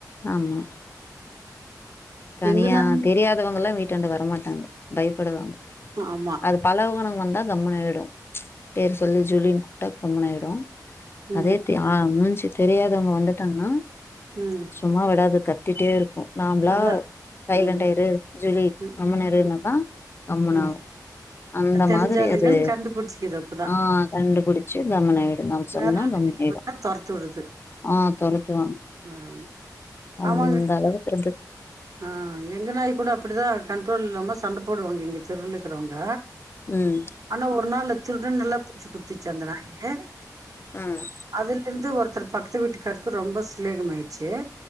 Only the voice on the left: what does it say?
ஆமா தனியா
தெரியாதவங்கல்லா வீ ட்டாண்ட வர மாட்டாங்க பயப்படுவாங்க
அது பழகானவங்க வந்தா கம்முனு ஆயிடும் ச்சு பேர் சொல்லி ஜூலின் கூ டா கம்முனாய்டு
அதே தா மூஞ் சி தெரியாதவங்க வந்துட்டாங்கன்னா
சும்மா விடாது க டுட்டே இருக்கு நாம்ளா
சைலண்ட்டா
இரு ஜுலி
கம்முனு
இருன்னாதா
கம்முனு
ஆவு அந்த
மாதிரி அது
ஆ கண்டுபுடிச்சு கம்முனு ஆய்டு நம்ம சொன்னா
கம்முன் ஆய்டு
ஆ தொரத்துவாங்
அந்தளவுக்கு
இருந்து
ம்
ம்